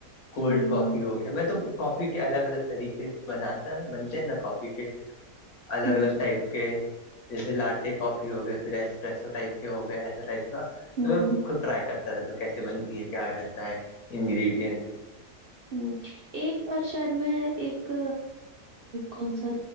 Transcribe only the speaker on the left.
کولڈ
کافی ہو گیا میں تو کافی کے الگ الگ طریقے بناتا بنتے ہیں نا کافی کے الگ
الگ ٹائپ کے جیسے لاٹے کافی ہو گئے پھر ایسے پسو ٹائپ کے ہو گئے ایسے ٹائپ کا
تو میں خود ٹرائی کرتا طرح تو کیسے بنتی ہے کیا رہتا ہے انگریڈینٹ